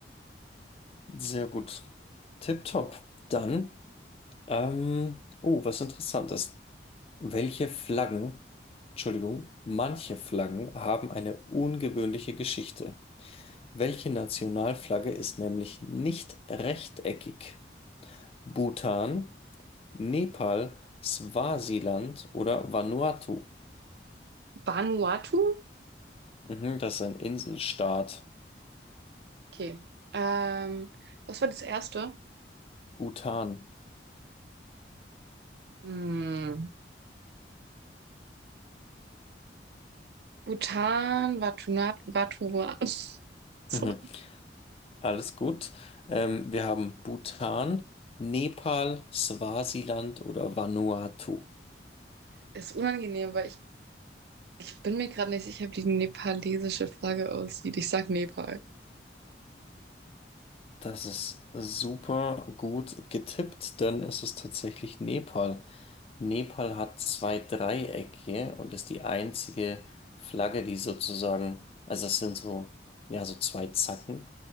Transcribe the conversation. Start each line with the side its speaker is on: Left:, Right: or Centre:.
Left: sehr gut. Tipptopp. Dann, ähm, oh, was interessant ist. Welche Flaggen, Entschuldigung, manche Flaggen haben eine ungewöhnliche Geschichte. Welche Nationalflagge ist nämlich nicht rechteckig? Bhutan, Nepal, Swasiland oder Vanuatu?
Right: Vanuatu?
Left: Mhm, das ist ein Inselstaat.
Right: Okay. Ähm, was war das erste?
Left: Bhutan.
Right: Hm. Bhutan, Vatuna, Vatua. <laughs> So.
Left: Mhm, alles gut. Ähm, wir haben Bhutan, Nepal, Swasiland oder Vanuatu.
Right: Ist unangenehm, weil ich, ich bin mir gerade nicht sicher, wie die nepalesische Flagge aussieht. Ich sag Nepal.
Left: Das ist super gut getippt, denn es ist tatsächlich Nepal. Nepal hat zwei Dreiecke und ist die einzige Flagge, die sozusagen, also das sind so, ja, so zwei Zacken.